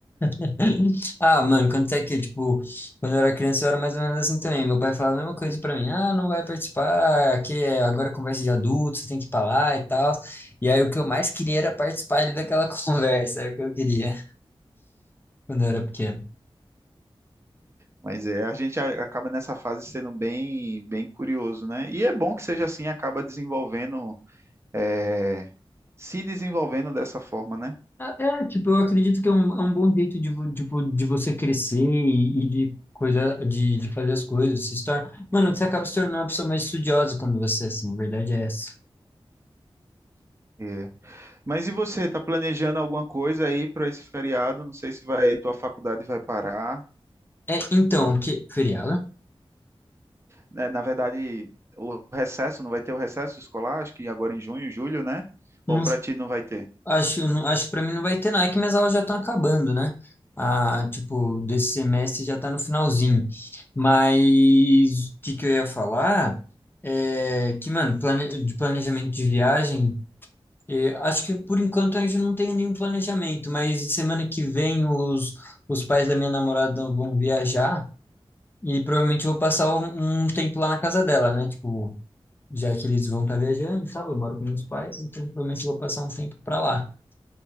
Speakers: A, on the left; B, on the right.
A: <laughs> Ah, mano, quando é que, tipo, quando eu era criança eu era mais ou menos assim também. Meu pai falava a mesma coisa pra mim. Ah, não vai participar, que é agora é conversa de adulto, você tem que ir pra lá e tal. E aí o que eu mais queria era participar ali daquela <laughs> conversa, era o que eu queria. quando eu era pequeno.
B: Mas é, a gente a- acaba nessa fase sendo bem, bem curioso, né? E é bom que seja assim, acaba desenvolvendo é, se desenvolvendo dessa forma, né?
A: É, é, tipo, eu acredito que é um, é um bom jeito de, vo- tipo, de você crescer e, e de coisa, de, de fazer as coisas, se torna... Mano, você acaba se tornando uma pessoa mais estudiosa quando você é assim, a verdade é essa.
B: É. Mas e você, está planejando alguma coisa aí para esse feriado? Não sei se vai, tua faculdade vai parar.
A: É, então, que feriado?
B: né? Na verdade, o recesso, não vai ter o recesso escolar, acho que agora em junho, julho, né?
A: Não,
B: Ou para ti não vai ter?
A: acho, não, acho que pra mim não vai ter não, é que minhas aulas já estão acabando, né? Ah, tipo, desse semestre já tá no finalzinho. Mas o que que eu ia falar? É que, mano, plane, de planejamento de viagem E acho que por enquanto a gente não tem nenhum planejamento, mas semana que vem os, os pais da minha namorada vão viajar e provavelmente eu vou passar um, um tempo lá na casa dela, né? Tipo, já que eles vão estar viajando e tal, eu moro com meus pais, então provavelmente eu vou passar um tempo para lá,